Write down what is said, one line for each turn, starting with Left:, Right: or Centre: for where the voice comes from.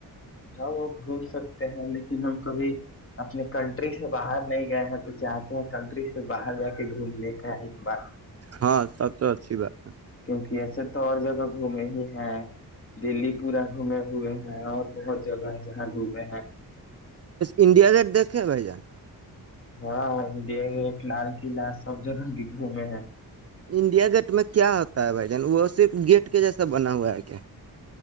Left: ہاں وہ گھوم سکتے ہیں لیکن ہم کبھی اپنے کنٹری سے باہر نہیں گئے ہیں تو چاہتے ہیں کنٹری سے باہر جا کے گھومنے کا ایک بار
Right: ہاں سب تو اچھی بات ہے
Left: کی ایسے تو اور جگہ گھومے ہی ہیں دلی پورا گھومے ہوئے ہیں اور بہت جگہ ہے جہاں گھومے ہیں
Right: انڈیا گٹ دیک کیا بھائی جان
Left: ہاں انڈیا گیٹ لال قلعہ سب جگہ کی گھومے ہیں
Right: انڈیا گیٹ میں کیا ہوتا ہے بھائی جان وہ صرف گیٹ کے جیسا بنا ہوا ہے کیا